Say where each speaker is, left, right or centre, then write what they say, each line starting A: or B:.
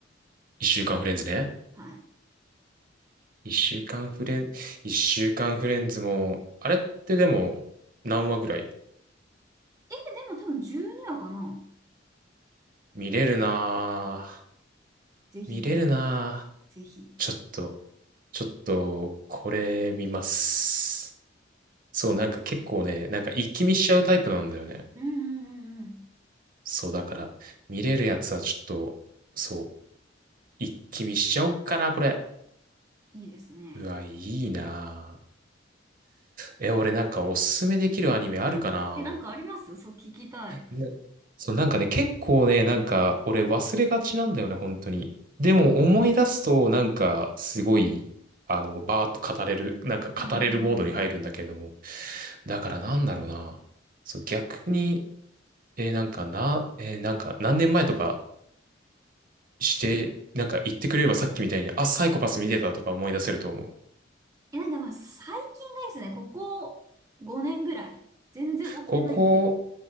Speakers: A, on the right; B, on the right.
A: 一週間フレンズね。
B: はい。
A: 一週間フレン、一週間フレンズも、あれってでも、何話ぐらい
B: え、でも多分12話かな
A: 見れるなぁ。
B: ぜひ、
A: 見れるな
B: ぜひ。
A: ぁ。ちょっと、ちょっと、これ見ます。そう、なんか結構ね、なんか一気見しちゃうタイプなんだよね。
B: うんうんうんうん。
A: そう、だから、見れるやつはちょっと、そう、一気見しちゃおっかな、これ。
B: いいですね。
A: うわ、いいなぁ。え、俺なんかおすすめできるアニメあるかな
B: え、なんかありますそう、聞きたい。
A: ぁねそう、なんかね、結構ね、なんか俺忘れがちなんだよね、本当に。でも思い出すと、
B: あうん
A: なんかすごい、あの、バーッと語れる、なんか語れるモードに入るんだけれども。
B: うんうん
A: だからなんだろうな。そう、逆に、えーなんかな、えーなんか何年前とかして、なんか言ってくれればさっきみたいに、あ、サイコパス見てたとか思い出せると思う。
B: え、なんかまあ最近がいいですね。ここ5年ぐらい。全然追ってないんで。
A: ここ、